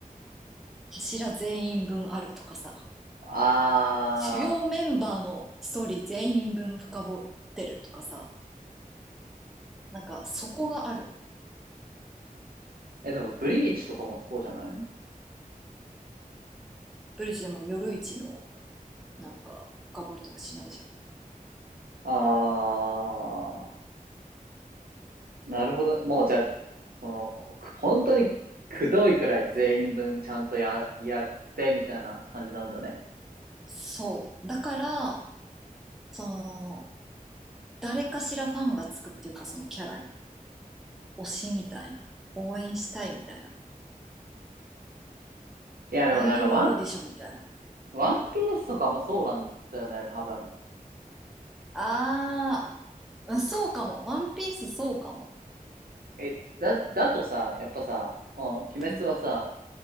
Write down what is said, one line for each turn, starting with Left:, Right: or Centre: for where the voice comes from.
Centre: 柱全員分あるとかさ
Right: あ
Centre: 主要メンバーのストーリー全員分深掘ってるとかさなんかそこがある
Right: ー、え、でもブリーチとかもそうじゃない
Centre: ブリッジでも夜市のなんか深掘りとかしないじゃん
Right: あー、なるほど。もうじゃあ、その、く本当にくどいくらい全員分ちゃんとや、やってみたいな感じなんだね。
Centre: そうだからその誰かしらファンがつくっていうかそのキャラに推しみたいな応援したいみたいな
Right: いや、でもなんかワン
Centre: アイドルオーディションみたいな
Right: ワンピースとかもそうなんだよね、多分。
Centre: あーうんそうかも。ワンピースそうかも。
Right: え、だ、だとさ、やっぱさ、もう鬼滅はさ、
Centre: うん。